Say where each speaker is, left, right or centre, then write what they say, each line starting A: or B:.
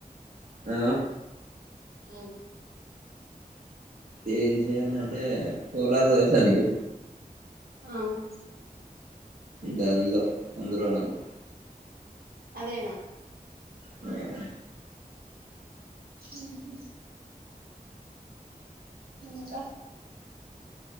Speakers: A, on the right; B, on the right.
A: ఆ
B: ఉమ్
A: ఏం చేయల్నాంటే సోలార్ తెల్సా నీకు
B: ఉమ్
A: దాన్లో అందరూ నాకు
B: అదేన
A: ఉమ్
B: ఊహు ఇంక